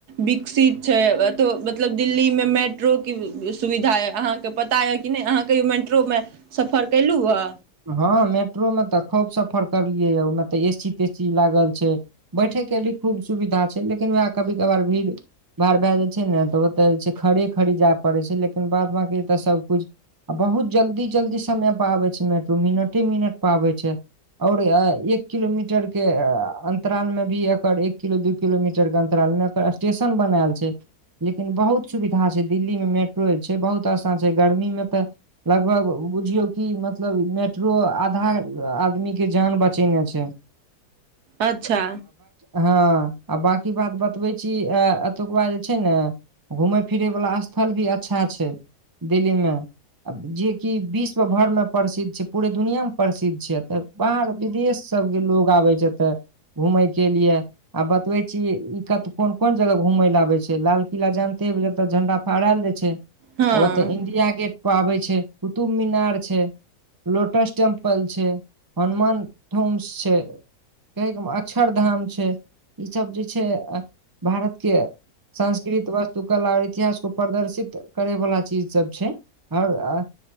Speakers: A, on the right; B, on the right.
A: विकसित छैय एतहो मतलब दिल्ली मे मेट्रो के सुविधा य अहाँके पता य क नहि अहाँ कहियो मेट्रो मे सफर केलहु ह।
B: हँ मेट्रो में तऽ खूब सफर करलियै ह ओहिमे तऽ एसी तेसी। सी लागल छै बैठे के भी खूब सुविधा। लेकिन वएह कभी कभार भीड़ भाड़ भए जाय छैय ने तऽ ओतय जे छैय खड़े खड़ी जाय पड़े छैय लेकिन बाद ब की सब कुछ आ बहुत जल्दी जल्दी समय पर आबे छैय मेट् ो मिनटे मिनट पाबे छैय और एक किलोमीटर के अंतराल में भी एकर एक किलो दू किलोमीटर के अंतराल में एकर स्टेशन बनायल छैय लेकिन बहुत सुविधा छैय दिल्ली में मेट्रो जे छै बहुत आसा छैय गर्मी में त लगभग बुझियो की मतलब। मेट्रो आधा आदमी के जान बचेने छैय।
A: अच्छा।
B: हँ आ बाकी बात बतबे छी अ एतुकबा जे छैय ने घूमेय फिरे वाला स्थल भी अच्छा छैय दिल्ली में जेकि विश्व भर में प्रसिद्ध। छै पूरे दुनिया मे प्रसिद्ध छैय एत बाहर विदेश सब के लोग आबे छैय एते घूमेय के लिए आ बतबे छीय ई कत क कोन कोन जगह घूमेय ले आबे छैय लाल किला जानते हेबै जतऽ झंडा फहराएल जाय छैय।
A: हँ
B: ओतय इंडिया गेट पर आबै छैय कुतुब मीनार छैय लोटस टेम्पल छैय हनुमान ोम्स छैय कहैके अक्षर धाम छैय ई सब जे छैय। भारत के संस्कृत व तू कला और इतिहास को प्रदर्शित करै वला चीज सब छैय ह